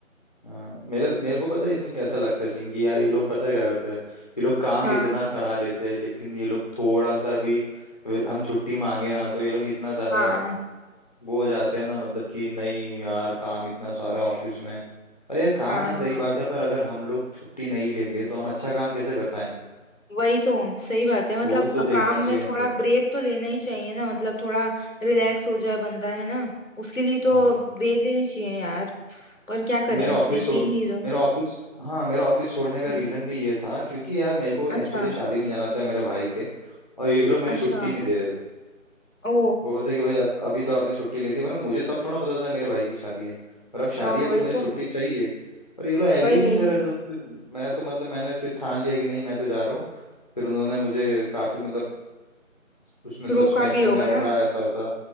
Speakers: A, on the left; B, on the left.
A: हाँ मेरे मेरे को पता है इसमें कैसा लगता है सीन की यार ये लोग पता है क्या करते हैं ये लोग काम
B: हाँ
A: इतना करा लेते हैं लेकिन ये लोग थोड़ा सा भी वे- हम छुट्टी मांगे ना तो ये लोग इतना ज्यादा
B: हाँ
A: वो हो जाते हैं ना मतलब कि नहीं यार काम इतना सारा
B: हम्म
A: ऑफिस में और यार काम
B: हाँ
A: है सही
B: हाँ
A: बात है पर अगर हम लोग छुट्टी नहीं लेंगे तो हम अच्छा काम कैसे कर पाएंगे
B: वही तो सही बात है मतलब
A: वो भी तो
B: अ,
A: देखना
B: काम
A: चाहिए
B: में
A: इनको
B: थोड़ा ब्रेक तो लेना ही चाहिए ना मतलब थोड़ा रिलैक्स हो जाए बंदा है ना उसके लिए तो
A: हाँ
B: दे देनी चाहिए यार पर क्या
A: और
B: करें
A: मेरा ऑफिस
B: देते
A: छो-
B: ही नहीं लोग
A: मेरा ऑफिस हाँ मेरा ऑफिस छोड़ने का
B: हम्म,
A: रीजन भी ये था क्योंकि यार मेरे को
B: अच्छा
A: एक्चुअली शादी में जाना था मेरे भाई के और ये लोग मेरी
B: अच्छा
A: छुट्टी नहीं दे रहे थे
B: ओ
A: बोलते कि भाई अ- अभी तो आपने छुट्टी ली थी वरना मुझे तब थोड़ा पता था मेरे भाई की शादी है पर अब शादी
B: हाँ
A: है तो
B: वही
A: मुझे
B: तो
A: छुट्टी चाहिए पर ये लोग एग्री
B: वही वही
A: नहीं कर रहे थे उसमें मैं तो मतलब मैंने फिर ठान लिया कि नहीं मैं तो जा रहा हूँ फिर उन्होंने मुझे काफी मतलब उसमें सस्पेंशन
B: रोका भी होगा
A: में रखा
B: ना
A: ऐसा वैसा